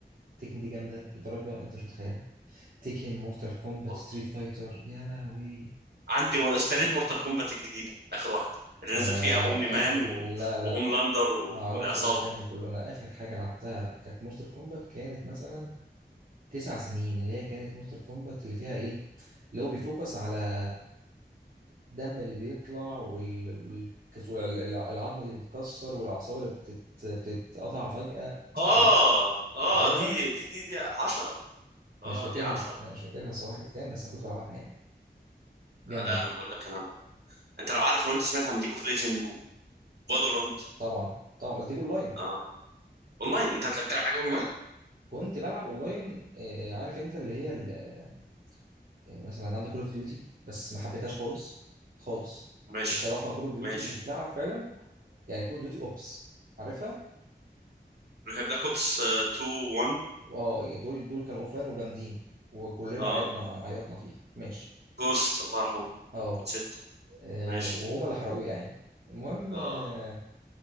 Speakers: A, on the right (about 50°); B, on the right (about 65°).
A: تيكن دي جامده لدرجه انت مش متخيلها تيكن مورتال كومبات
B: والله
A: ستريت فايتر يا لهوي
B: عندي م- اشتريت مورتال كومبات الجديده اخر واحده اللي
A: آه
B: نزل فيها اومني مان
A: اخر
B: و...
A: لا لا
B: وهوملاندر و...
A: ما اعرفش
B: والعصابه
A: بقى الكلام ده كله انا اخر حاجه لعبتها كانت مورتال كومبات كانت مثلا تسع سنين اللي هي كانت مورتال كومبات اللي فيها ايه اللي هو بيفوكس على الدم اللي بيطلع وال... والكس... والعظم اللي بيتكسر والاعصاب اللي بتت... بتتقطع فجأة
B: اه
A: عارف
B: اه
A: فاكرها
B: دي دي دي دي 10 اه
A: مش فاكرها
B: دي 10
A: انا مش فاكرها الصراحة كانت كام بس انا كنت بلعبها يعني جامدة
B: آه، لا انا بقول لك انا بقى. انت لو عارف لو انت سمعت عن ليج اوف ليجند وفالورانت
A: طبعا طبعا بس دي اونلاين
B: اه اونلاين انت بتلعب بتلعب حاجه اونلاين
A: كنت بلعب اونلاين آه، عارف انت اللي هي ال- آه، مثلا عندك كول اوف ديوتي بس ما حبيتهاش خالص خالص
B: ماشي
A: الصراحة كول اوف ديوتي
B: ماشي
A: اللي تتلعب فعلا يعني كول اوف ديوتي اوبس عارفها
B: بلاك اوبس 2 1
A: اه يعني دول دول كانوا اوفلاين وجامدين وكلنا
B: اه
A: عيطنا عيطنا فيها ماشي
B: جوست الله يرحمه
A: اه
B: كود 6
A: آه،
B: ماشي
A: وهما اللي حرقوه يا عيني المهم
B: اه
A: آه،